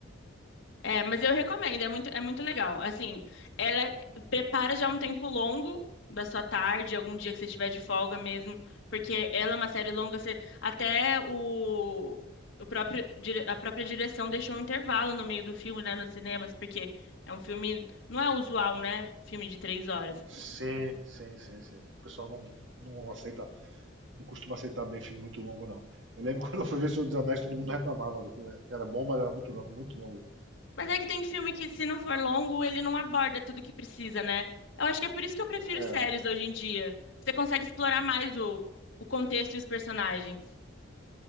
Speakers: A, on the left (about 75°); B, on the right (about 70°).
A: É, mas eu recomendo, é muito, é muito legal. Assim, ela prepara já um tempo longo da sua tarde, algum dia que você tiver de folga mesmo, porque ela é uma série longa, você, até o, o próprio, dire- a própria direção deixou um intervalo no meio do filme, né, nos cinemas, porque é um filme, não é usual, né, filme de três horas.
B: Sim, sim, sim, sim. O pessoal não, não aceita, não costuma aceitar bem filme muito longo, não. Eu lembro <laughs> quando eu fui ver o Senhor dos Anéis, todo mundo reclamava do que que era bom, mas era muito longo, muito longo.
A: Mas é que tem filme que, se não for longo, ele não aborda tudo que precisa, né? Eu acho que é por isso que eu prefiro
B: É,
A: séries hoje em dia. Você consegue explorar mais o, o contexto e os personagens.